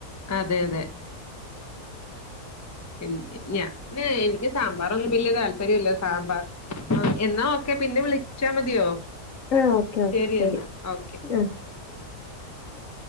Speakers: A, on the left (about 20°); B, on the left (about 60°).
A: അതെ അതെ. എൻ ഞാ ന്ന് എനിക്ക് സാമ്പാറൊന്നും വല്യ താല്പര്യല്ല്യ സാമ്പാർ ആ എന്നാ ഓക്കെ പിന്നെ വിളിച്ചാ മതിയോ?
B: ആഹ ഓക്കെ ഓക്കെ
A: ശരി
B: ശെരി
A: എന്നാ ഓക്കെ
B: ആ.
A: <unintelligible>